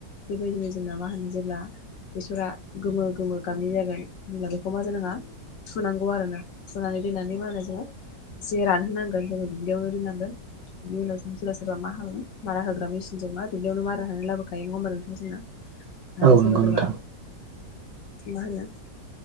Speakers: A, on the left; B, on the right.
A: बेबायदिनो जोंना मा होनो जेब्ला बेसरा गोमो गोमो गाबनि जागोन होनब्ला बेखौ मा जानाङा थुनांगौ आरोना। फुनानै दोननानै मा होनो जोङो एसे रानहोनांगोन जोङो दुब्लियावनो दोननांगोन। बिनि उनाव जों सोरबा सोरबा खालामो मारा होग्रा मेसिनजों मा दुब्लियावनो मारा होनो लाबोखायो नङा होनबा नोंथां जोंना आरो
B: औ
A: सोरबा
B: नंगौ
A: सोरबा
B: नोंथां
A: मा होनो?